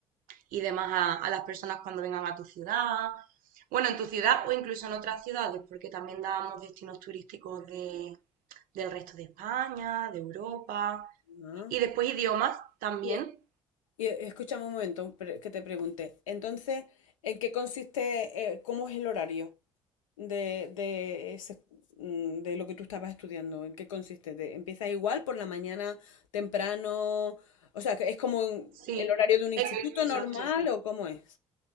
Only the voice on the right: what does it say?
y demás a, a las personas cuando vengan a tu ciudad. Bueno, en tu ciudad o incluso en otras ciudades, porque también dábamos destinos turísticos de, del resto de España, de Europa.
Y después idiomas también.
Sí,
es- exacto.